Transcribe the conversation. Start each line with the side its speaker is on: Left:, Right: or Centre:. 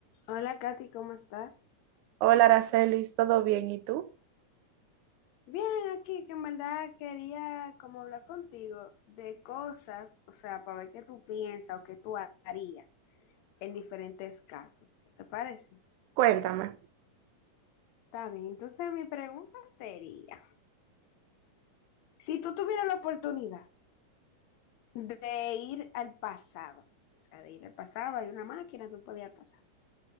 Left: Hola Katy, ¿cómo estás?
Right: Hola, Aracelis, ¿todo bien? ¿Y tú?
Left: Bien, aquí que en verdad quería como hablar contigo de cosas, o sea, para ver qué tú piensas o qué tú harías en diferentes casos, ¿te parece?
Right: Cuéntame.
Left: Está bien, entonces mi pregunta sería, si tú tuvieras la oportunidad de ir al pasado, o sea, de ir al pasado, hay una máquina, tú podías ir al pasado,